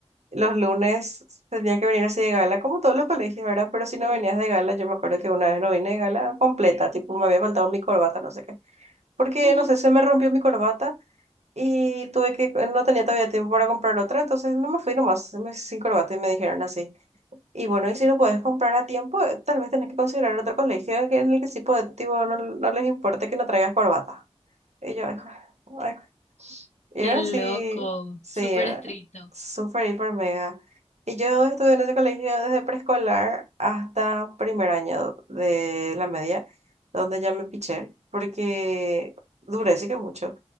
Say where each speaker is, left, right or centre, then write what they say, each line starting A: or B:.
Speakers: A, on the right (about 75°); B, on the left (about 80°).
A: los lunes tendría que venir así de gala, como todos los colegios, ¿verdad? Pero si no venías de gala, yo me acuerdo que una vez no vine de gala completa, tipo me había faltado mi corbata, no sé qué. Porque,
B: <laughs>
A: no sé, se me rompió mi corbata y tuve que, no tenía todavía tiempo para comprar otra, entonces no me fui nomás me- sin corbata y me dijeron así. Y bueno, y si no puedes comprar a tiempo, eh, tal vez tenés que considerar otro colegio que- en el que sí puede, tipo, no, no les importe que no traigas corbata. Y yo, ay, y
B: ¡Qué
A: era
B: loco!
A: así, sí,
B: Súper
A: era
B: estricto.
A: súper, hiper mega. Y yo estuve en ese colegio desde preescolar hasta primer año de la media, donde ya me piché, porque duré sí que mucho,